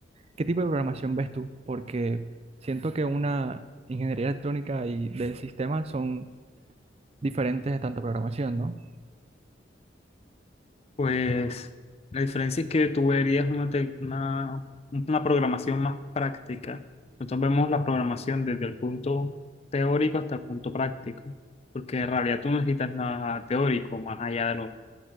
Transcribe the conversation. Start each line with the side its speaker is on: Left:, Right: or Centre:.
Right: ¿qué tipo de programación ves tú? Porque siento que una ingeniería electrónica y de sistemas son diferentes de tanta programación, ¿no?
Left: Pues la diferencia es que tú verías una, te- una, una programación más práctica. Nosotros vemos la programación desde el punto teórico hasta el punto práctico, porque en realidad tú no necesitas nada teórico más allá de lo...